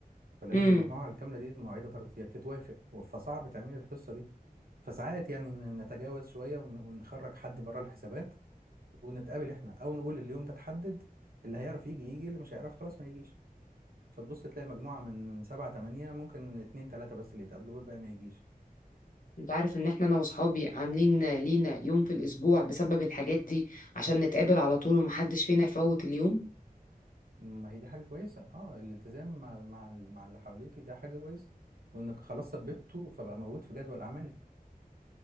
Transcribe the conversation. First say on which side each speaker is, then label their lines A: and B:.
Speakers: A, on the right (about 70°); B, on the left (about 60°).
A: فلازم
B: امم
A: المجموعه الكامله دي مواعيدها ترت- تتوافق فصعب تعملي القصه دي فساعات يعني ن- نتجاوز شويه ون... ونخرج حد بره الحسابات ونتقابل احنا او نقول اليوم ده اتحدد اللي هيعرف يجي يجي اللي مش هيعرف خلاص ما يجيش فتبص تلاقي مجموعه من سبعة تمانية ممكن اتنين تلاته بس اللي يتقابلوا والباقي ما يجيش
B: انت عارف ان احنا انا واصحابي عاملين لينا يوم في الاسبوع بسبب الحاجات دي عشان نتقابل على طول ومحدش فينا يفوت اليوم
A: ما هي دي حاجة كويسة اه الالتزام مع مع ال- مع اللي حواليك ده حاجة كويسة وانك خلاص ثبته فبقى موجود في جدول اعمالك